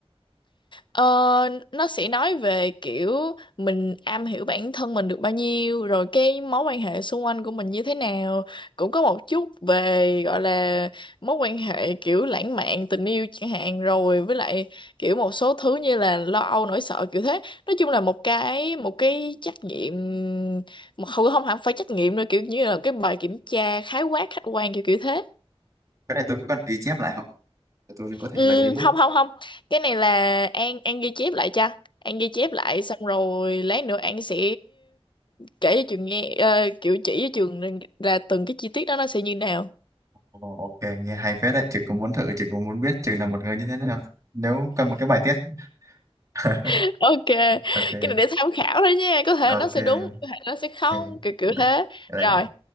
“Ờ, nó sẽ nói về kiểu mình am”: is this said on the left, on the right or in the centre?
Left